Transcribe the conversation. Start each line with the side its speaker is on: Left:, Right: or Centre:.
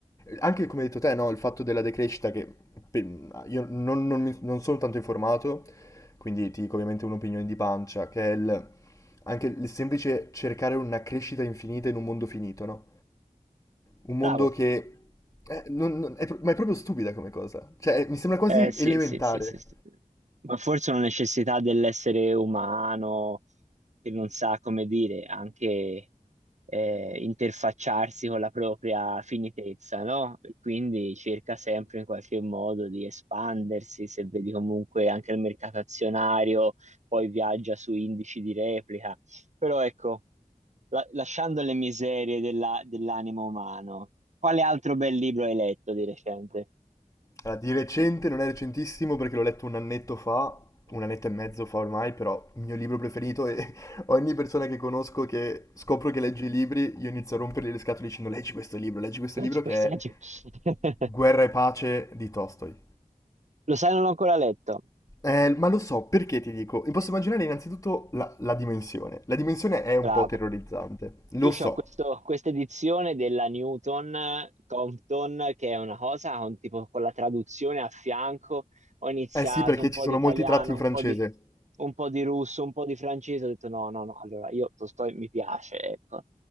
Left: Anche come hai detto te, no? Il fatto della decrescita che pe- io non, non mi- non sono tanto informato, quindi ti dico ovviamente un'opinione di pancia, che è il- anche il semplice cercare una crescita infinita in un mondo finito, no? Un mondo
Right: Bravo.
Left: che... eh, non- non- è pro- ma è proprio stupida come cosa. Cioè, mi sembra quasi
Right: Eh sì,
Left: elementare.
Right: sì, sì, sì, sì. Ma forse una necessità dell'essere umano che non sa come dire, anche eh, interfacciarsi con la propria finitezza, no? E Quindi cerca sempre in qualche modo di espandersi, se vedi comunque anche il mercato azionario, poi viaggia su indici di replica. Però ecco, la- lasciando le miserie della- dell'animo umano, quale altro bel libro hai letto di recente?
Left: Allora, di recente, non è recentissimo perché l'ho letto un annetto fa, un annetto e mezzo fa ormai, però il mio libro preferito e <laughs> ogni persona che conosco che scopro che legge i libri, io inizio a rompergli le scatole dicendo leggi questo libro, leggi questo
Right: Non
Left: libro
Right: c'è questa
Left: che è
Right: legge. <laughs>
Left: Guerra e pace di Tolstoi.
Right: Lo sai, non l'ho ancora letto.
Left: Eh, ma lo so, perché ti dico? Mi Posso immaginare innanzitutto la, la dimensione. La dimensione è un
Right: Bravo.
Left: po' terrorizzante, lo
Right: Io
Left: so.
Right: ho questo, questa edizione della Newton eh, Compton, che è una cosa, un tipo con la traduzione a fianco. Ho iniziato
Left: Eh sì, perché
Right: un
Left: ci
Right: po'
Left: sono
Right: di italiano,
Left: molti tratti in
Right: un
Left: francese.
Right: po' di, un po' di russo, un po' di francese. Ho detto no, no, no. Allora, io Tolstoi mi piace, ecco.